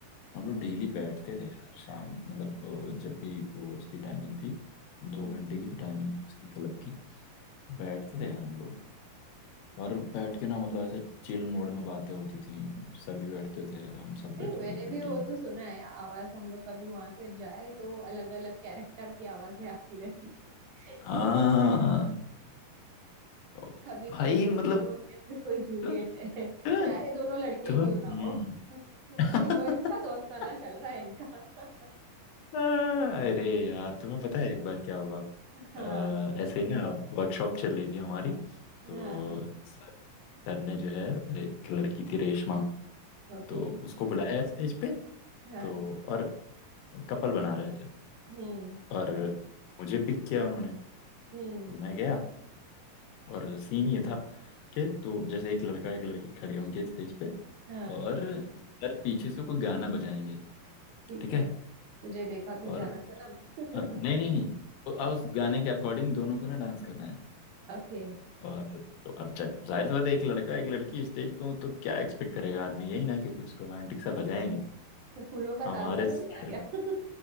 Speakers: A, on the left (about 80°); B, on the right (about 70°).
A: हम
B: हम्म
A: लोग डेली बैठते थे यार शाम मतलब अ, जब भी वो उसकी टाइमिंग थी दो
B: हम्म।
A: घंटे की तो टाइमिंग थी उसकी क्लब की बैठते थे यार हम लोग और बैठ के ना मतलब ऐसे चिल मोड में बातें होती थी सर भी बैठते थे हम सब बैठते
B: नहीं मैंने
A: थे पूरी
B: भी वो
A: टीम
B: तो सुना है आवाज हम लोग कभी वहां से जाए तो अलग अलग कैरेक्टर की आवाजें आती रहती
A: हाँ
B: <laughs>
A: ओ,
B: कभी
A: भाई
B: कोई रोमियो
A: मतलब
B: है तो कोई जूलियट
A: तु-
B: है
A: तु-
B: चाहे दोनों लड़के
A: तुम्हें
B: क्यों
A: हम्म।
B: ना हो <laughs> बोले
A: <laughs>
B: कोई इनका दोस्ताना चल रहा है इनका
A: अरे
B: <laughs>
A: यार तुम्हें पता है एक बार क्या हुआ
B: हाँ
A: अ, ऐसे ही ना वर्कशॉप चल रही थी हमारी तो
B: हाँ
A: सर सर ने जो है एक लड़की थी रेशमा
B: ओके
A: तो उसको बुलाया स्टेज पे
B: हाँ
A: तो और कपल बना रहे थे
B: हम्म
A: और मुझे पिक किया उन्होंने
B: हम्म
A: तो मैं गया और सीन ये था कि दो जैसे एक लड़का एक लड़की खड़े होंगे स्टेज पे
B: हाँ
A: और सर पीछे से कोई गाना बजाएंगे
B: ठीक
A: ठीक
B: है
A: है
B: तुझे देखा तो
A: और
B: जाना सनम <laughs>
A: अ, नहीं नहीं नहीं तो आ, उस गाने के अकॉर्डिंग दोनों को ना डांस करना है
B: ओके
A: और तो अब जब जाहिर सी बात है एक लड़का एक लड़की स्टेज पे हो तो क्या एक्सपेक्ट करेगा आदमी यही ना कि कुछ रोमांटिक सा बजाएंगे
B: तो फूलों का
A: हमारे
B: तारों का तो
A: सर
B: नहीं आ गया <laughs>